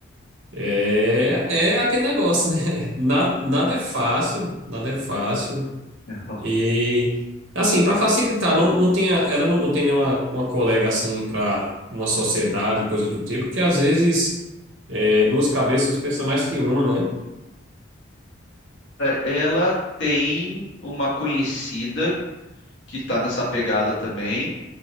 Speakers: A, on the right (about 75°); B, on the left (about 65°).
A: É, é aquele negócio, né? <laughs> Nada, nada é fácil, nada é fácil.
B: <laughs>
A: E, assim, para facilitar, não, não tinha, ela não, não tem nenhuma uma colega, assim, para uma sociedade, coisa do tipo, porque às vezes é, duas cabeças pensam mais que uma, né?
B: Ela tem uma conhecida que tá nessa pegada também,